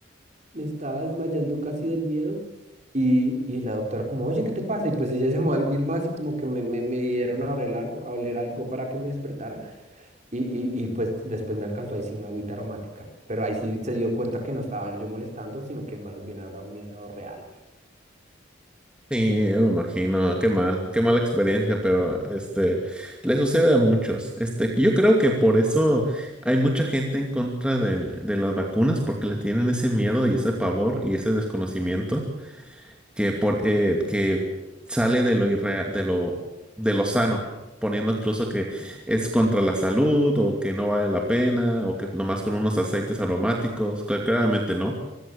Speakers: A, on the right; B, in the centre.
A: Me estaba desmayando casi del miedo. Y, y la doctora como, oye, ¿qué te pasa? Y pues ella llamó a alguien más y como que me, me, me dieron a oler algo, a oler algo para que me despertara. Y, y, y pues después me alcanzó ahí sí una agüita aromática, pero ahí sí se dio cuenta que no estaba yo molestando, sino que más bien era un miedo real.
B: Sí, me imagino, qué mal, qué mala experiencia, pero este le sucede a muchos. Este, yo creo que por eso hay mucha gente en contra del- de las vacunas, porque le tienen ese miedo y ese pavor y ese desconocimiento que por eh, que sale de lo irrea- de lo de lo sano, poniendo incluso que es contra la salud o que no vale la pena o que nomás con unos aceites aromáticos, cla- claramente no.